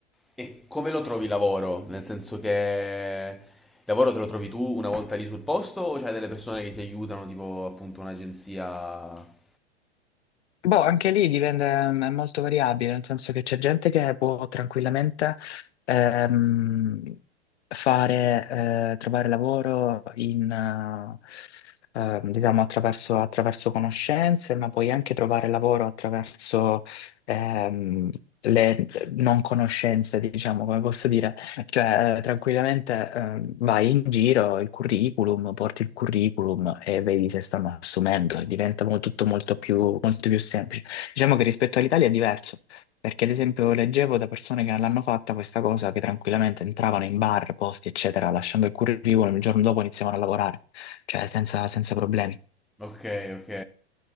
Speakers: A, in the centre; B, on the left.
A: e come lo trovi il lavoro? Nel senso che il lavoro te lo trovi tu una volta lì sul posto o c'hai delle persone che ti aiutano, tipo appunto un'agenzia?
B: Boh, anche lì dipende, mm, è molto variabile, nel senso che c'è gente che può tranquillamente ehm, fare, eh, trovare lavoro in, eh, ehm, diciamo attraverso, attraverso conoscenze, ma puoi anche trovare lavoro attraverso ehm, le non conoscenze, diciamo, come posso dire. Cioè, eh, tranquillamente, ehm, vai in giro, il curriculum, porti il curriculum e vedi se stanno assumendo, diventa mo- tutto molto più, molto più semplice. Diciamo che rispetto all'Italia è diverso, perché ad esempio leggevo da persone che non l'hanno fatta questa cosa, che tranquillamente entravano in bar, posti, eccetera, lasciando il curriculum, il giorno dopo iniziavano a lavorare, cioè senza, senza problemi.
A: Ok, ok.